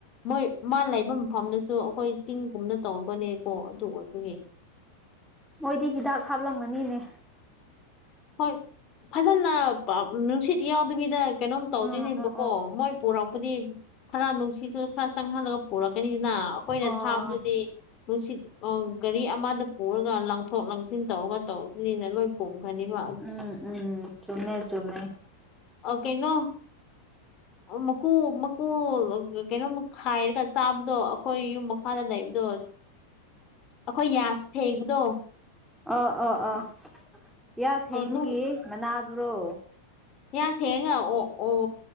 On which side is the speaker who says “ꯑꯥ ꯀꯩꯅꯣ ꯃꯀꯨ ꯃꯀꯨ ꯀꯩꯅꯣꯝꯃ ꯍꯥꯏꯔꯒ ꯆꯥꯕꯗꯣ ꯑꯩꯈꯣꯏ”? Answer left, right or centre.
Left